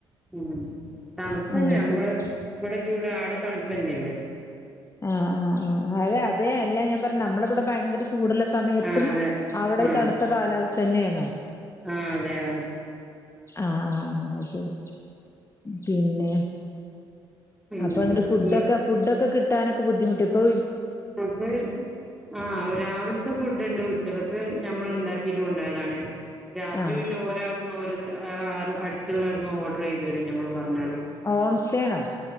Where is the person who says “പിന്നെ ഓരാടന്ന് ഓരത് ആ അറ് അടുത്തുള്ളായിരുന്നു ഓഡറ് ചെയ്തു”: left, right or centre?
Centre